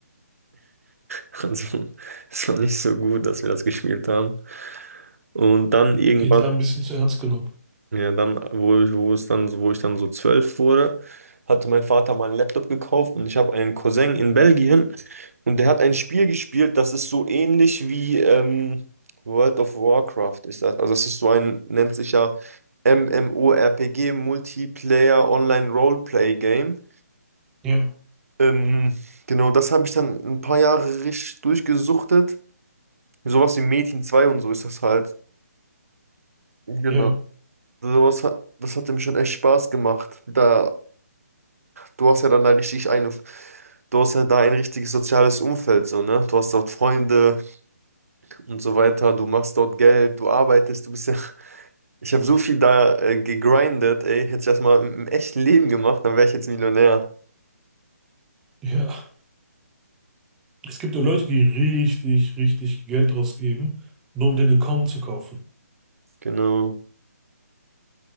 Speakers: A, on the right; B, in the centre.
A: Also, es war nicht so gut, dass wir das gespielt haben. Und dann irgendwann.
B: Mit GTA ein bisschen zu ernst genommen.
A: Ja, dann, wo ich, wo es dann, so- wo ich dann so zwölf wurde, hatte mein Vater mal einen Laptop gekauft und ich habe einen Cousin in Belgien und der hat ein Spiel gespielt, das ist so ähnlich wie ähm, World of Warcraft ist das. Also das ist so ein, nennt sich ja MMORPG, Multiplayer Online Roleplay Game.
B: Ja,
A: Ähm, genau, das habe ich dann ein paar Jahre richtig durchgesuchtet. Sowas wie Mädchen 2 und so ist das halt. Genau.
B: ja,
A: Also, Sowas hat, das hat ihm schon echt Spaß gemacht. Da du hast ja dann da richtig eine, du hast ja da ein richtiges soziales Umfeld, so, ne? Du hast dort Freunde und so weiter, du machst dort Geld, du arbeitest, du bist ja. <laughs> Ich habe so viel da äh, gegrindet, ey. Hätte ich das mal im, im echten Leben gemacht, dann wäre ich jetzt Millionär.
B: ja. Es gibt ja Leute, die richtig, richtig Geld ausgeben, nur um den Account zu kaufen.
A: Genau.